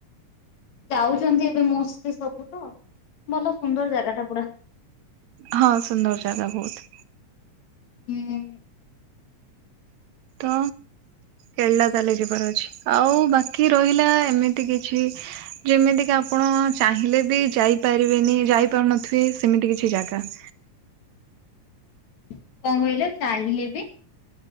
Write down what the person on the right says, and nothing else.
ହଁ ସୁନ୍ଦର ଜାଗା ବହୁତ।
ତ କେଳିଲ ତାହେଲେ ଯିବାର ଅଛି ଆଉ ବାକି ରହିଲା ଏମିତି କିଛି ଯେମିତି କି ଆପଣ ଚାହିଁଲେ ବି ଯାଇପାରିବେନି ଯାଇପାରୁନଥିବେ ସେମିତି କିଛି ଜା ତସ୍